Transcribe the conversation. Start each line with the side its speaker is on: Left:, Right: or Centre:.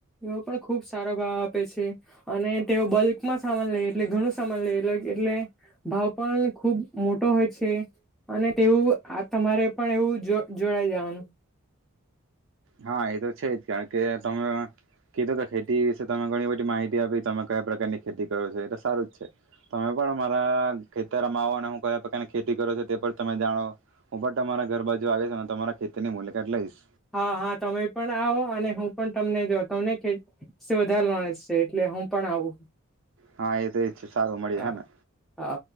Centre: એવો પણ ખુબ સારો ભાવ આપે છે, અને તેઓ બલ્કમાં સામાન લે એટલે ઘણું સામાન લે એટલે, ભાવ પણ ખૂબ મોટો હોય છે. અને તેવું આ તમારે પણ એવું જો જોડાઈ જેવાનું.
Right: હા એ તો છે જ કારણ કે તમે કીધું તો ખેટી તમે ઘણી બધી માહિતી આપી તમે કયા પ્રકારની ખેતી કરો છો એ તો સારું જ છે. તમે પણ મારા ખેતરમાં આવો અને હું કયા પ્રકારની ખેતી કરો છું તે પણ તમે જાણો, હું પણ તમારા ઘર બાાજુ આવીશ અને તમારા ખેતીની મુલાકાત લઈશ.
Centre: હા હા તમે પણ આવો અને હું પણ તમને જો તમને વધારે માણ છે એટલે હું પણ આવું.
Right: હા, એ તો એજ સારું મળે
Centre: હા
Right: હે ને
Centre: હા